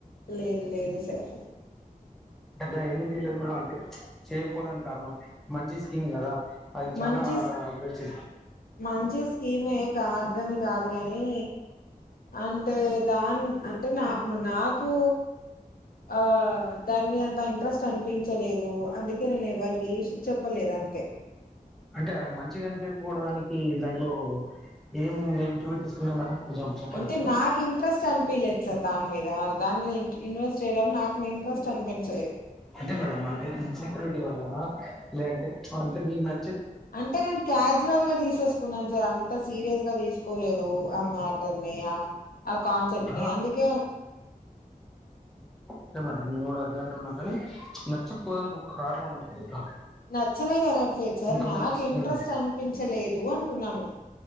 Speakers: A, on the left; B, in the centre.
A: లేదు లేదు సార్
B: ఇంకా ఎందుకు చేయలేదు మేడం అంటే చేయకపోటానికి కారణం మంచి స్కీమ్ కదా అది చాలా
A: మంచి
B: బెస్ట్
A: మంచి స్కీమే కా దని కాదు కానీ అంటే దాని అంటే నా నాకు ఆహ్ దాని అంత ఇంట్రెస్ట్ అనిపించలేదు అందుకే నేను ఎవ్వరికి చెప్పలేదు అంతే
B: అంటే ఆహ్ మంచిగా అనిపియికపోవడానికి దాంట్లో ఏం నెగటివిటీస్ ఉన్నాయి మేడం కొంచెం చెప్పగలుగుతారా
A: అంటే నాకు ఇంట్రెస్ట్ అనిపియలేదు సార్ దాని మీద దాని మీద ఇ ఇన్వెస్ట్ చేయడం నాకు ఇంట్రెస్ట్ అనిపించలేదు
B: అదే మేడం అంటే ఇన్సెక్యూరిటీ వల్లన లేదంటే అంటే మీకు న
A: అంటే నేను క్యాజువల్ గా తీసేసుకున్నాను సార్ అంత సీరియస్ గా తీసుకోలేదు ఆ మ్యాటర్ని ఆహ్ ఆహ్ కాన్సెప్ట్
B: ఆహా
A: ని అందుకే
B: అదే మేడం నేను కూడా అదే అంటున్నా కానీ నచ్చకపోవడానికి ఒక కారణం ఉంటది కదా
A: నచ్చలేదు అనట్లేదు సార్
B: ఇంత
A: నాకు
B: మంచి స్కీమ్
A: ఇంట్రెస్ట్ అనిపించలేదు అంటున్నాను